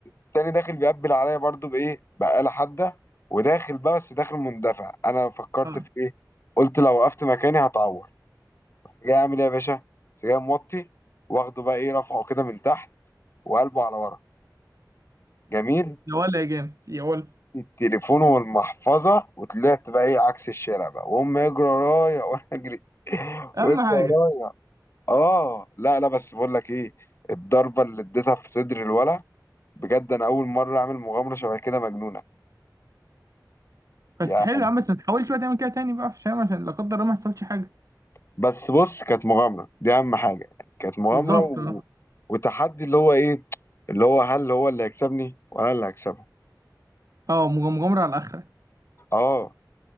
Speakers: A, on the left (about 35°); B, on the right (about 50°).
A: التاني داخل بيقبل عليا برضو بايه بآلة حادة وداخل بقى بس داخل مندفع انا فكرت
B: اه
A: في ايه قلت لو وقفت مكاني هتعور جاي اعمل ايه يا باشا بس جاي موطي واخده بقى ايه رافعه كده من تحت وقلبه على ورا جميل
B: يا ولا يا جامد يا ولا
A: التليفون والمحفظه وطلعت بقى ايه عكس الشارع بقى وهم يجروا ورايا وانا اجري
B: اهم
A: ويجروا
B: حاجه
A: ورايا اه لا لا بس بقول لك ايه الضربه اللي اديتها في صدر الولا بجد انا اول مره اعمل مغامره شبه كده مجنونه
B: بس
A: يعني
B: حلو يا عم بس ما تحاولش بقى تعمل كده تاني بقى في الشام عشان لا قدر الله ما يحصلش حاجه
A: بس بص كانت مغامره دي اهم حاجه كانت مغامره
B: بالظبط
A: و...
B: اه
A: وتحدي اللي هو ايه اللي هو هل هو اللي هيكسبني ولا أنا اللي هكسبه
B: اه مغ- مغامره على الاخره
A: اه